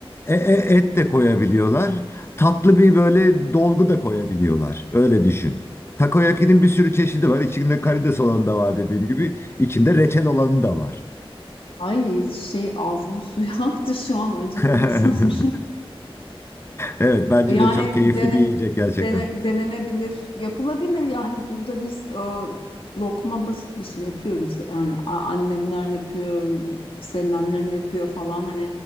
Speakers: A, on the left; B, on the left.
A: E, e, et de koyabiliyorlar. Tatlı bir böyle dolgu da koyabiliyorlar. Öyle düşün. Takoyaki'nin bir sürü çeşidi var. İçinde karides olan da var dediğim gibi. İçinde reçel olanı da var.
B: ay şey ağzım suyu <laughs> aktı şu an acıktım
A: <laughs>
B: sanırım.
A: Evet bence
B: Yani
A: de çok keyifli
B: dene,
A: bir yiyecek gerçekten.
B: dene- denenebilir, yapılabilir. Yani burada biz e, lokma basit bir şey yapıyoruz. Yani a- annemler yapıyor, senin annen yapıyor falan. Hani